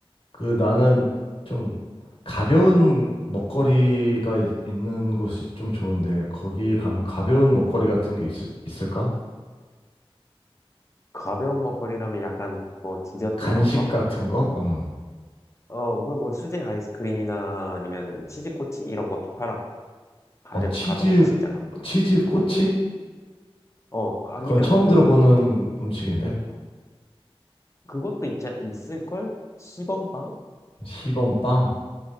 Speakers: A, on the left; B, on the left.
A: 그 나는 좀 가벼운 먹거리가 있, 는 곳이 좀 좋은데, 거기 가면 가벼운 먹거리 같은 게 있, 있을까?
B: 가벼운 먹거리라면 약간 뭐 디저트
A: 간식
B: 이런 거?
A: 같은 거? 음.
B: 어, 그리고 뭐 수제 아이스크림이나 아니면은 치즈코치 이런 것도 팔아. 가볍,
A: 어, 치즈,
B: 가볍게 진짜 가.
A: 치즈 꼬치?
B: 어, 아니면
A: 그건 처음
B: 그,
A: 들어보는 음식인데.
B: 그것도 있자, 있을걸? 시범빵?
A: 시범빵?